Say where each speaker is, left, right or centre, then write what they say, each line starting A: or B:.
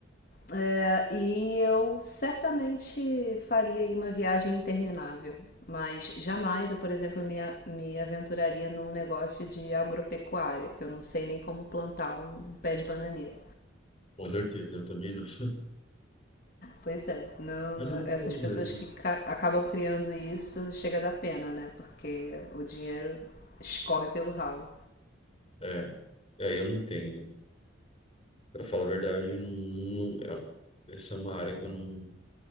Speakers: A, on the left (about 50°); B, on the left (about 30°).
A: É, e eu certamente faria aí uma viagem interminável. Mas jamais eu, por exemplo, me, me aventuraria num negócio de agropecuária, que eu não sei nem como plantar um pé de bananeira.
B: Com certeza, eu também não. <laughs>
A: Pois é, não,
B: É uma
A: essas
B: boa
A: pessoas
B: mesmo.
A: que acabam criando isso chega da pena, né? Porque o dinheiro escorre pelo ralo.
B: É, é, eu não entendo. Pra falar a verdade, não, não- é- essa é uma área que eu não.